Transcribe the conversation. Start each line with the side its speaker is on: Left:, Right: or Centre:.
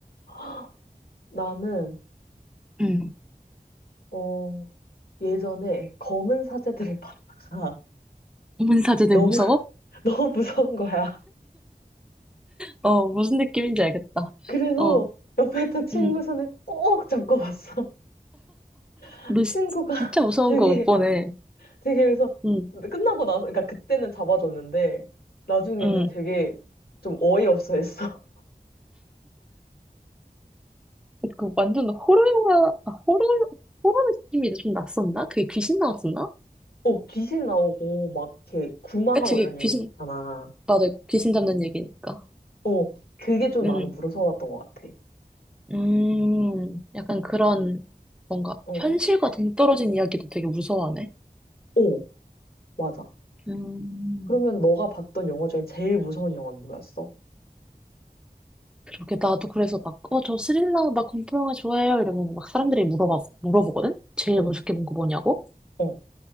Left: <gasps> 헉, 나는,
Centre: 응.
Left: 어, 예전에 검은 사제들을 봤다가
Centre: 문사제들
Left: 너무,
Centre: 무서워?
Left: <laughs> 너무 무서운 거야.
Centre: 어, 무슨 느낌인지 알겠다.
Left: 그래서
Centre: 어,
Left: 옆에 있던 친구
Centre: 음,
Left: 손을 꼭 잡고 봤어. <laughs>
Centre: 너 시-
Left: 친구가
Centre: 진짜 무서운
Left: 되게,
Centre: 거 못 보네.
Left: 되게 그래서
Centre: 음,
Left: 끝나고 나서, 그러니까 그때는 잡아줬는데, 나중에는
Centre: 음.
Left: 되게 좀 어이없어 했어.
Centre: 그 완전 호러 영화, 아, 호러, 호러 느낌이 좀 났었나? 그게 귀신 나왔었나?
Left: <laughs> 어, 귀신 나오고 막 이렇게 구마하고
Centre: 그치, 그게
Left: 이런 얘기
Centre: 귀신,
Left: 있잖아.
Centre: 맞아. 귀신 잡는 얘기니까.
Left: 어, 그게 좀
Centre: 음,
Left: 나는 무서웠던 것 같아.
Centre: 음, 약간 그런, 뭔가,
Left: 어,
Centre: 현실과 동떨어진 이야기도 되게 무서워하네.
Left: 어, 맞아.
Centre: 음,
Left: 그러면 너가 봤던 영화 중에 제일 무서운 영화는 뭐였어?
Centre: 그렇게 나도 그래서 막, 어, 저 스릴러, 막 공포 영화 좋아해요. 이러면 막 사람들이 물어봐, 물어보거든? 제일
Left: 어,
Centre: 무섭게 본 거 뭐냐고?
Left: 어,